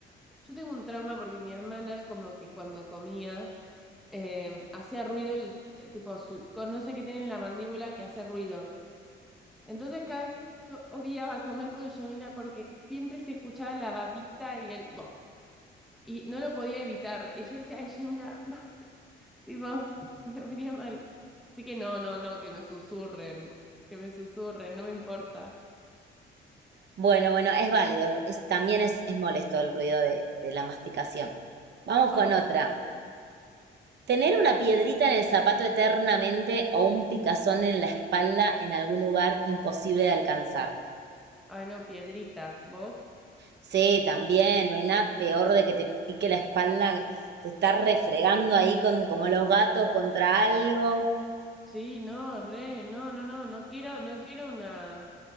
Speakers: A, in the centre; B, on the right (about 60°).
A: yo tengo un trauma porque mi hermana, como que cuando comía, em, hacía ruido, el, eh, tipo, su, con- no sé qué tiene en la mandíbula que hace ruido. Entonces, cada vez que yo odiaba comer con Yamila porque siempre se escuchaba la babita y el. Y no lo podía evitar. Y yo decía, ay, Yamila, basta. Tipo, <laughs> me ponía mal. Así que no, no, no, que me susurren, que me susurren, no me importa.
B: Bueno, bueno, es válido. es- es- también es, es molesto el ruido de, de la masticación. Vamos
A: Ay,
B: con otra.
A: s-
B: Tener una piedrita en el zapato eternamente o un picazón en la espalda en algún lugar imposible de alcanzar.
A: ay, no, piedrita, ¿vos?
B: Sí, también, no hay nada peor de que te pique la espalda, que te estás refregando ahí con, como los gatos contra algo.
A: Sí, no, re, no, no, no, no quiero, no quiero una.